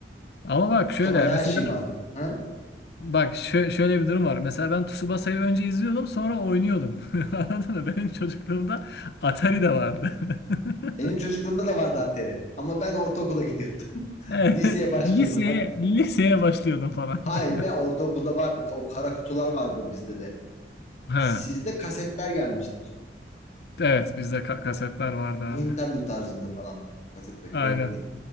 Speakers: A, on the left; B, on the left.
A: Ama bak
B: Wakabayashi
A: şöyle mesela
B: vardı. Ha?
A: bak şö- şöyle bir durum var. Mesela ben Tsubasa'yı önce izliyordum sonra oynuyordum. <laughs> Anladın mı? Benim çocukluğumda Atari de vardı.
B: Benim
A: <laughs>
B: çocukluğumda da vardı Atari. Ama ben ortaokula gidiyordum. <laughs>
A: Evet,
B: Liseye başlıyordum
A: liseye
B: hatta.
A: liseye başlıyordum falan.
B: Hayır
A: <laughs>
B: be ortaokulda vardı. O kara kutular vardı bizde de.
A: Ha,
B: Sizde kasetler gelmiştir.
A: evet bizde ka- kasetler vardı abi.
B: Nintendo tarzında falan böyle. Kasetler
A: Aynen.
B: renkli.